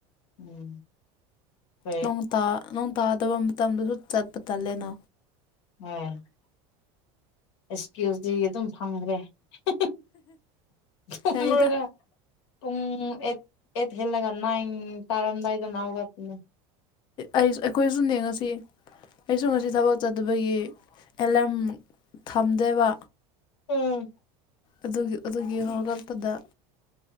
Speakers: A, on the left; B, on the left.
A: ꯎꯝ ꯍꯣꯏ
B: ꯅ‌ꯣꯡ ꯇꯥ ꯅꯣꯡ ꯇꯥꯗꯕ ꯃꯇꯝꯗꯁꯨ ꯆꯠꯄ ꯇꯜꯂꯦꯅ
A: <unintelligible> ꯑꯦꯁꯀꯤꯜꯁꯇꯤ ꯑꯗꯨꯝ ꯐꯪꯈ꯭ꯔꯦ <unintelligible>
B: ꯌꯥꯏꯗ
A: ꯄꯨꯡ ꯑꯦꯠ ꯑꯦꯠ ꯍꯦꯜꯂꯒ ꯅꯥꯏꯟ ꯇꯥꯔꯝꯗꯥꯏꯗꯅ ꯍꯧꯒꯠꯄꯅꯤ
B: ꯑꯩ ꯑꯩꯈꯣꯏꯖꯨꯅ‌ꯦ ꯉꯁꯤ ꯑꯩꯁꯨ ꯉꯁꯤ ꯊꯕꯛ ꯆꯠꯇꯕꯒꯤ ꯑꯦꯂꯥꯝ ꯊꯝꯗꯦꯕ
A: ꯎꯝ
B: ꯑꯗꯨꯒꯤ ꯑꯗꯨꯒꯤ ꯍꯧꯒꯠꯄꯗ